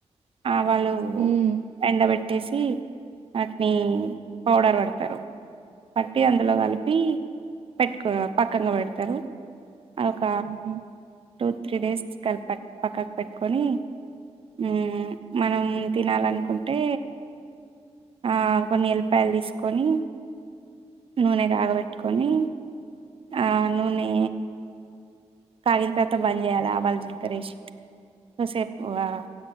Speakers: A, on the right; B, on the right.
A: ఆవాళ్ళు
B: హ్మ్
A: ఎండబెట్టేసి. వాటిని పౌడర్ పెడతరు. పట్టి అందులో
B: అవును.
A: కలిపి పెట్టుకొ పక్కంగా పెడతరు. ఒక
B: హుహు.
A: టూ త్రీ డేస్ స్కల్ప పక్క పక్కకు పెట్టుకొని ఊ మనం తినాలనుకుంటే ఆ కొన్ని ఎల్లిపాయలు తీసుకొని నూనె కాగబెట్టుకొని ఆ నూనె కాగిన తర్వాత బంద్ చేయాల ఆవాలు, జిలకర్ర ఎసి కోసేపు
B: హుహు.
A: ఆ